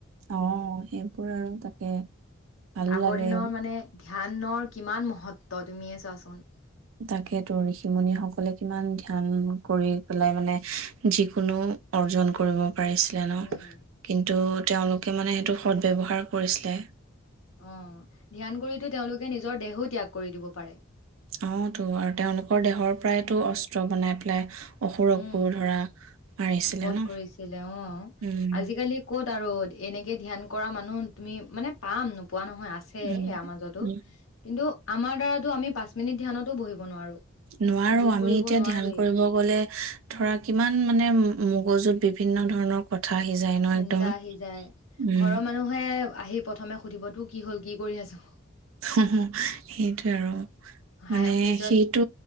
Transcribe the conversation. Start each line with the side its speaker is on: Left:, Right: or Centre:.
Right: অ সেইবোৰ আৰু তাকে ভাল
Left: আগৰ
Right: লাগে
Left: দিনৰ মানে ধ্যানৰ কিমান মহত্ব তুমিয়ে চোৱাচোন
Right: তাকে তো ঋষি মুনি সকলে কিমান ধ্যান কৰি পেলাই মানে যিকোনো অৰ্জন কৰিব পাৰিছিলে
Left: উম।
Right: ন কিন্তু তেওঁ কিমানে সেইটো সদ ব্যৱহাৰ কৰিছিলে
Left: অ ধ্যান কৰিতো তেওঁলোকে নিজৰ দেহো ত্যাগ কৰি দিব পাৰে।
Right: আহ তো আৰু তেওঁলোকৰ দেহৰ পৰাইতো অস্ত্ৰ বনাই পেলাই অসুৰকো
Left: উম
Right: ধৰা মাৰিছিলে
Left: বধ
Right: ন
Left: কৰিছিলে অ
Right: উম
Left: আজিকালি ক'ত আৰু এনেকে ধ্যান কৰা মানুহ তুমি মানে পাম পোৱা নহয় আছে ইয়াৰ
Right: উম
Left: মাজতো
Right: উম
Left: কিন্তু আমাৰদ্বাৰাটো আমি পাঁচ মিনিট ধ্যানটো বহিব নোৱাৰো।
Right: নোৱাৰো
Left: যোগ
Right: আমি
Left: কৰিব
Right: এতিয়া
Left: নোৱাৰোৱেই
Right: ধ্যান কৰিব গ'লে ধৰা কিমান মানে মগজুত বিভিন্ন ধৰণৰ কথা আহি যায় ন
Left: চিন্তা
Right: একদম
Left: আহি যায়
Right: উম
Left: ঘৰৰ মানুহে আহি প্ৰথমে সুধিবতো কি হ'ল কি কৰি আছো।
Right: অ সেইটোয়ে আৰু
Left: হাই
Right: মানে
Left: তাৰপিছত
Right: সেইটো